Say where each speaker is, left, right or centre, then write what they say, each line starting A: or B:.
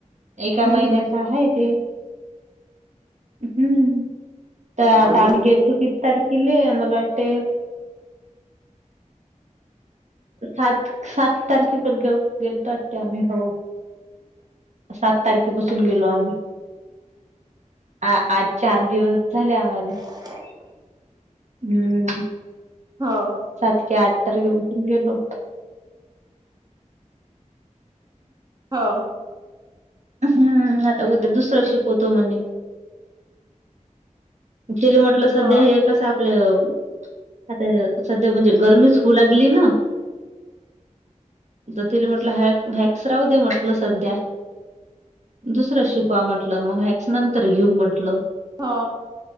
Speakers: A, on the right; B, on the right.
A: एका महिन्याच
B: हम्.
A: आहे ते हम्म तर
B: हो
A: आता
B: हो
A: आम्ही गेलतो किती तारखेला मला वाटते सात सात तारखे पर्यन्त गेलतात ते आम्ही हो. सात तारखेपसून गेलो आम्ही. आ -आज चार दिवस झाले आम्हाले.
B: <inaudible>
A: हम्म.
B: हा.
A: सात की आठ तारखे पासून गेलो होतो.
B: हो.
A: हम्म आता उद्या दुसरं शिकवतो म्हणे. तील म्हटलं सध्या
B: हो
A: हे कसं आपलं आता सध्या म्हणजे गरमीच होऊ लागली ना. तर तिला म्हटलं वॅ वॅक्स राहू दे म्हटल सध्या. दुसर शिकवा म्हटल, मग वॅक्स नंतर घेऊ म्हटल.
B: हा